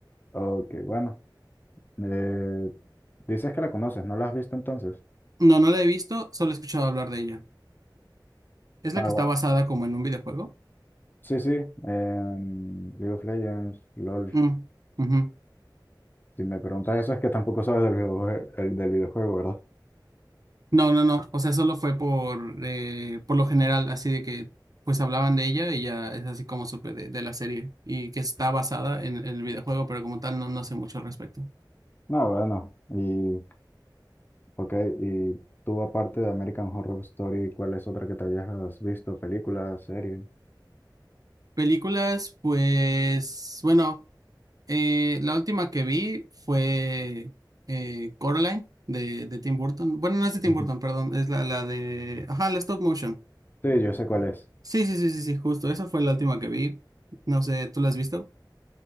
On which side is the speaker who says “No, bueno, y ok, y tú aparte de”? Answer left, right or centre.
Left